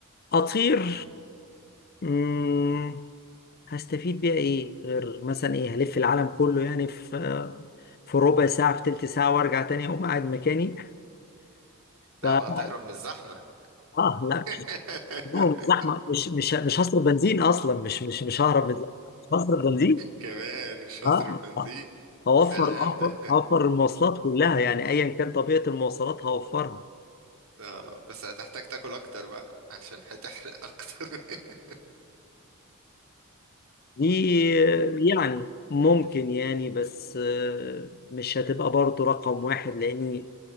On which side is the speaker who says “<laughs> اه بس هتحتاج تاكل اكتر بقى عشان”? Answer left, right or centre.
Right